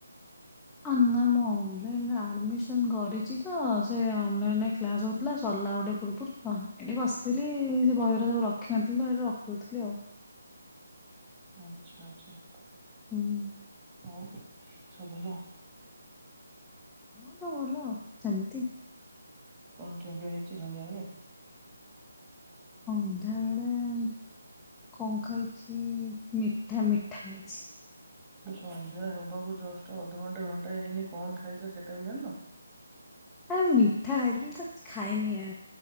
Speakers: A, in the centre; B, on the right (about 20°).
A: ନା ମୁଁ ଅନଲାଇନରେ ଆଡ଼ମିସନ କରିଛି ତ ସେ ଅନଲାଇନରେ କ୍ଲାସଉ ଥିଲା ସରିଲା ଗୋଟେ ପୂର୍ବପରୁ ତ ଏଠି ବସିଥିଲି ସେ ବହିରେ ସବୁ ରଖିନଥିଲି ତ ସେଠି ରଖିଦଉଥିଲି ଆଉ।
B: ଆଚ୍ଛା ଆଚଛା।
A: ହୁଁ।
B: ଆଉ ସବୁ ଭଲ?
A: ହଁ ସବୁ ଭଲ ସେମତି।
B: କଣ ଖିଆପିଆ ହେଇଛି ସନ୍ଧ୍ୟା ବେଳେ?
A: ସନ୍ଧ୍ୟାବେଳେ କଣ ଖାଇଛି ମିଠା, ମିଠା ଖାଇଛି।
B: ଏବେ ସନ୍ଧ୍ୟା ହେବାକୁ ଜଷ୍ଟ ଅଧଘଣ୍ଟେ ଘଣ୍ଟାଏ ହେଇନି କଣ ଖାଇଛ ସେଟା ବି ଜାଣିନ।
A: ଆରେ ମିଠା ଖାଇଥିଲି ତ କିଛି ଖାଇନି ଏ,